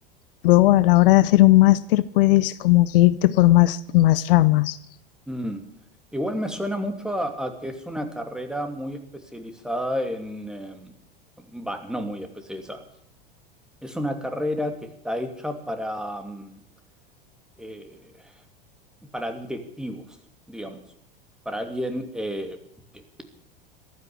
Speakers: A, on the left; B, in the centre.
A: luego a la hora de hacer un máster puedes como que irte por más, más ramas.
B: Mm. Igual me suena mucho a, a que es una carrera muy especializada en... em, Va, no muy especializada. Es una carrera que está hecha para, mm, eh, para directivos, digamos. Para alguien, eh, que-